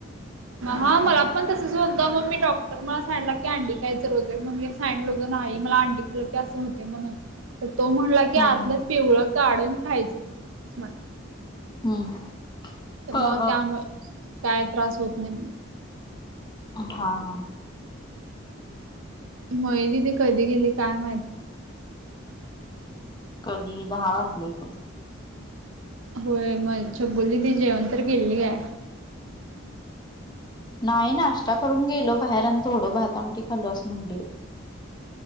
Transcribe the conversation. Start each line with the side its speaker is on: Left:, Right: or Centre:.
Left: हम्म
Right: हा
Left: हम्म
Right: मला पण तस. तसं होते म्हणून मग मी डॉक्टर मला सांडला की अंडी खायचं रोज एक आहे मग मी सांडलो नाही मला अंडी खालं की असं होते. म्हणून तर तो म्हणला की
Left: हम्म
Right: आतलं
Left: हम्म
Right: पिवळं काढून खायचं तु अस म्हण.
Left: हम्म.
Right: तर
Left: हा
Right: मग त्यामुळे काय त्रास होत नाही म्हणा.
Left: हा हा.
Right: मय जी ती कधी गेली काय माहिती.
Left: कधी दहा वाजले प.
Right: होय मग चगुली ती जेवण तर केली आहे.
Left: नाही नाश्ता करून गेलो बाहेर आणि थोडं भात आमट खालो असं म्हणली.